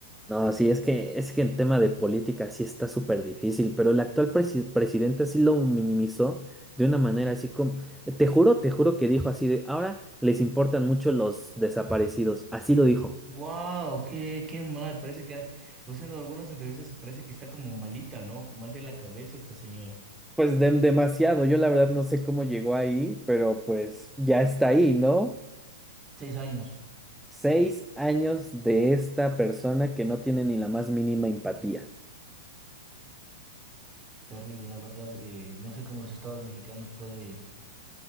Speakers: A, in the centre; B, on the right (about 25°).
A: No, sí, es que, es que en tema de política sí está súper difícil, pero el actual presi- presidente sí lo minimizó de una manera así como, te juro, te juro que dijo así de, ahora les importan mucho los desaparecidos, así lo dijo.
B: Wow, qué, qué mal. Parece que, o sea, en algunas entrevistas parece que está como malita, ¿no? Mal de la cabeza esta señora.
A: Pues dem- demasiado, yo la verdad no sé cómo llegó ahí, pero pues ya está ahí, ¿no?
B: Seis años.
A: Seis años de esta persona que no tiene ni la más mínima empatía.
B: Terrible, la verdad. eh, no sé cómo los estados mexicanos pueden,